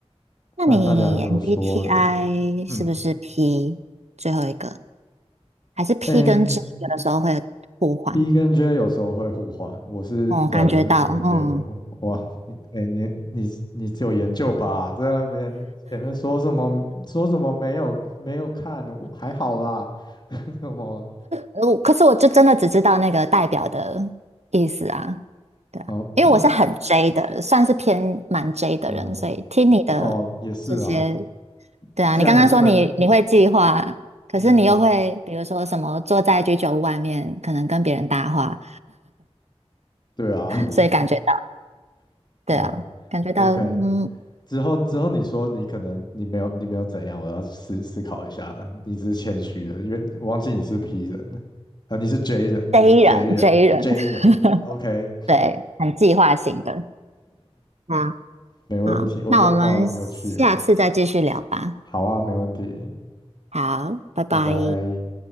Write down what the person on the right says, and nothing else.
那你
MBTI
是不是 P 最后一个？还是 P
跟 J 有的时候会互换，
嗯，
感觉到，
嗯，
呃我可是我就真的只知道那个代表的意思啊，对啊，
因为我是很 J 的，算是偏蛮 J 的人，
所以听你的这些，
对啊，
你刚刚说你你会计划，可是你又会比如说什么坐在居酒屋外面，
可能跟别人搭话，
所以感觉到，
对啊，
感觉到，
嗯
，J
人
J 人，
<laughs> 对，很计划型的。啊。
好，
那我们下次再继续聊吧。
好，拜拜。